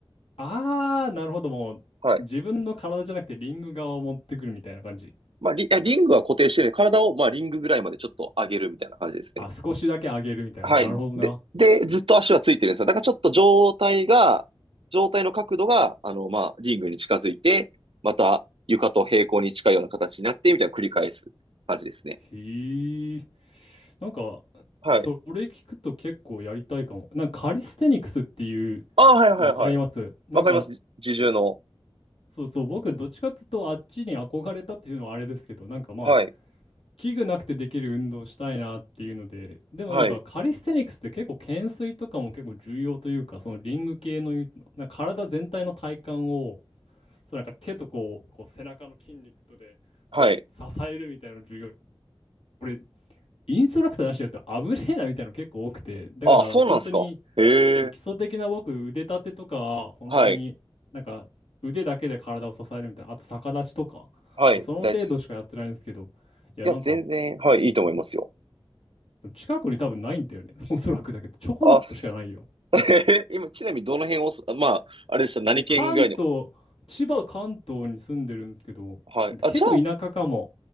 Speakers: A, on the left; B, on the right.
A: あー、なるほど。もう、
B: はい。
A: 自分の体じゃなくてリング側を持ってくるみたいな感じ。
B: まあ、リ、あリングは固定してる体を、まあ、リングぐらいまでちょっと上げるみたいな感じですね。
A: あ、少しだけ上げるみたいな。
B: はい。
A: なるほどな。
B: で、で、ずっと足はついてるんですよ。だからちょっと状態が、状態の角度が、あの、まあ、リングに近づいて、また床と平行に近いような形になって、みたいな繰り返す感じですね。
A: へー。なんか、
B: はい。
A: それ聞くと結構やりたいかも。なんかカリステニクスっていう、
B: ああ、はいはいはい。
A: わかります。なんか、
B: わかります。自重の。
A: そうそう、僕、どっちかっていうと、あっちに憧れたっていうのはあれですけど、なんかまあ、
B: はい。
A: 器具なくてできる運動したいなっていうので、でもなんかカリステニクスって結構懸垂とかも結構重要というか、
B: はい。
A: そのリング系のいう、なんか体全体の体幹を、そうなんか手とこう、こう背中の筋肉とでこう支えるみたいなの重要。
B: はい。
A: これ、インストラクターなしでやると危ねえなみたいなの結構多くて、だから本当に、
B: ああ、そうなんですか。へえ。
A: そう、基礎的な僕、腕立てとか、本当になんか腕だけで体を支えるみたいな、
B: はい。
A: あと逆立ちとか、
B: はい。
A: その程度しかやってないんですけど、
B: 大事です。
A: いや、
B: いや、
A: なんか、
B: 全然、はい、いいと思いますよ。
A: 近くに多分ないんだよね。<laughs> おそらくだけど、チョコザップしかないよ。
B: あ、す <laughs> 今、ちなみにどの辺をす、まあ、あれでした、何県ぐらいの。
A: もう関東、千葉関東に住んでるんですけど、
B: はい。あ、
A: 結構田舎かも。
B: じゃ